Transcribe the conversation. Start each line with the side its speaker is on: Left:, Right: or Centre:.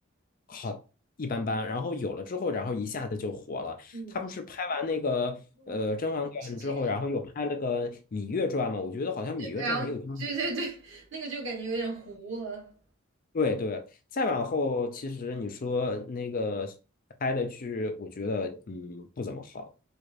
Left: 好一般般，然后有了之后，然后一下子就火了。
Right: 嗯，
Left: 他不是拍完那个呃《甄嬛传》之后，
Right: 哇，原来是这样。
Left: 然后又拍了个《芈月传》嘛？我觉得好像《芈月传》没有这么
Right: 对，然后对对对，那个就感觉有点糊了
Left: 对对。再往后，其实你说那个拍的剧，我觉得嗯不怎么好，